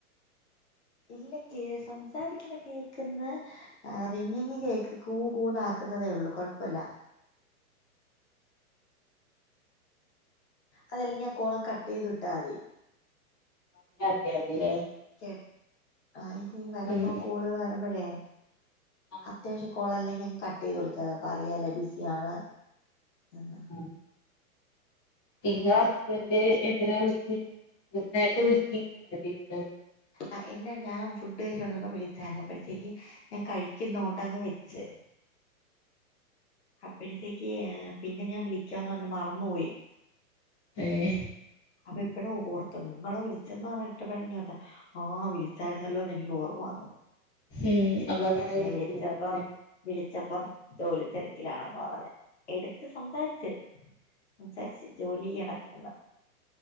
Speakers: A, on the left (about 50°); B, on the left (about 15°).
A: ഇല്ല കേ സംസാരിക്ക്ന്ന കേക്ക്ന്ന് ആഹ് റിങ്ങിങ്ങി കേക്ക് കൂ കൂ ന്നാക്ക്ന്നതേ ഒള്ളൂ കൊഴപ്പല്ല. അതല്ലെങ്കി ആ കോളങ്ങ് കട്ടെയ്ത് വിട്ടാതി.
B: <unintelligible> ഫ്രീയാണ്.
A: ക്കെ ആഹ് ഇനി വരുമ്പം
B: ഉം ഉം
A: കോള് വരുമ്പഴേ
B: ആഹ് ആഹ്
A: അത്യാവശ്യ കോളല്ലെങ്കി അങ്ങ് കട്ടെയ്ത് വിളിച്ചാ മതി അപ്പറിയാലോ ബിസിയാണ് എന്ന്
B: ഉം ഇങ്ങളെ ഹസ്ബന്റ് എന്തിനാ വിളിച്ചിര്ന്നെ നേരത്തെ വിളിച്ചിര് <unintelligible>
A: ആഹ് എന്നെ ഞാൻ ഫുഡ് കഴ്ച്ചോണ്ടിര്ന്നപ്പോ വിളിച്ചായിര്ന്നു അപ്പഴത്തേക്ക് ഞാൻ കഴിക്കുന്നോണ്ടങ്ങ് വെച്ച് അപ്പഴത്തേക്ക് പിന്നെ ഞാൻ വിളിക്കാന്ന് പർഞ്ഞ് മറന്ന്പോയി.
B: ഏഹ്
A: അപ്പൊ ഇപ്പഴോ ഓർത്തത് ഇങ്ങളെ വിളിച്ചെന്ന് പറഞ്ഞിട്ട <unintelligible> ആഹ് വിളിച്ചായിര്ന്നല്ലോന്ന് എനിക്കോർമ്മ വന്നത്.
B: ഉം അപ്പൊ അങ്ങനെ
A: ഞാൻ
B: വിളിച്ചീണ്ടാവുല്ലേ
A: വിളിച്ചപ്പം വിളിച്ചപ്പം ജോലിത്തെര ക്കിലാണെന്ന് പറഞ്ഞെ എട്ത്ത് സംസാരിച്ച് സംസാരിച്ച് ജോലിയ്യണക്ക്ന്ന്